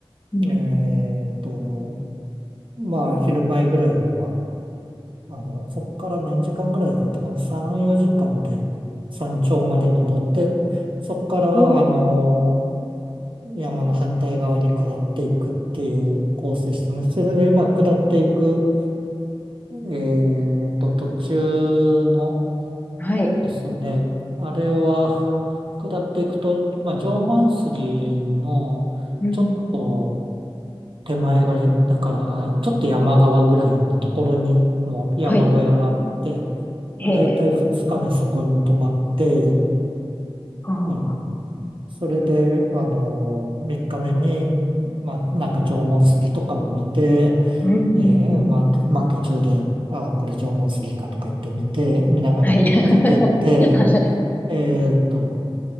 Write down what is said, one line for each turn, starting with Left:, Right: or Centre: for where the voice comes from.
Left: うん。
Right: えっと、まあ、昼前ぐらいには、あの、そっから何時間ぐらいだったかな、3、4時間で山頂まで登って、そっから、
Left: おー
Right: あの、山の反対側に下っていくっていうコースでしたね。それで、まあ、下っていく、えっと、途中の
Left: はい。
Right: ですね、あれは、下っていくと、まあ、縄文杉の、
Left: うん。
Right: ちょっと、手前ぐらい。だから、ちょっと山側ぐらいのところに、もう山小屋があって、
Left: はい。へえ。
Right: まあ、だいたい2日目そこに泊まって、
Left: ああ。
Right: うん。それで、あのー、3日目に、まあ、なんか縄文杉とかも見て、
Left: うんうんうん。
Right: えーまあ、とまあ、途中で、ああこれ縄文杉かとか言ってみて、見ながら降りていって、
Left: はい。<laughs> はい。
Right: えーっと、